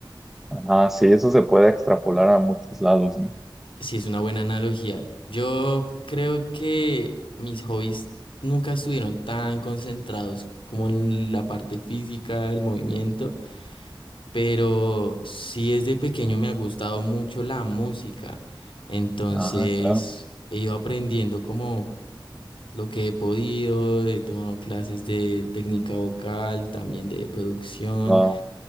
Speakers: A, in the centre; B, on the left.
A: Ah, sí, eso se puede extrapolar a muchos lados, ¿no?
B: Sí, es una buena analogía. Yo creo que mis hobbies nunca estuvieron tan concentrados como en la parte física, el movimiento, pero sí desde pequeño me ha gustado mucho la música. Entonces
A: Ah, claro.
B: he ido aprendiendo como lo que he podido, he tomado clases de técnica vocal, también de producción.
A: Wow,